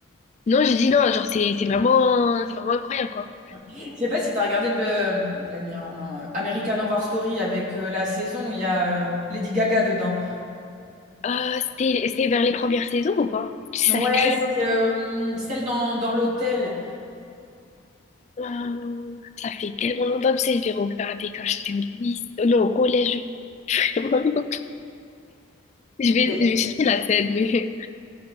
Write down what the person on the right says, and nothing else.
Je sais pas si tu as regardé Bla- Black Mirror, non, euh, American Horror Story avec euh, la saison où il y a euh, Lady Gaga dedans.
Ouais,
c'est
euh, celle dans, dans l'hôtel.
Elle